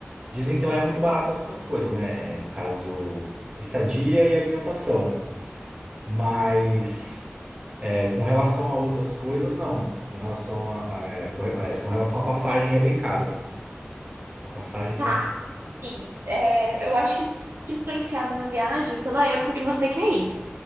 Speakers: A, on the right; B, on the right.
A: Dizem que lá é muito barato as outras coisas, né? É, no caso, estadia e alimentação. Mas. É, com relação a outras coisas, não. Com relação a, é, com, aliás, com relação à passagem é bem caro. A passagem
B: Tá.
A: em si.
B: Sim, é, eu acho que fica influenciado na viagem pela época que você quer ir.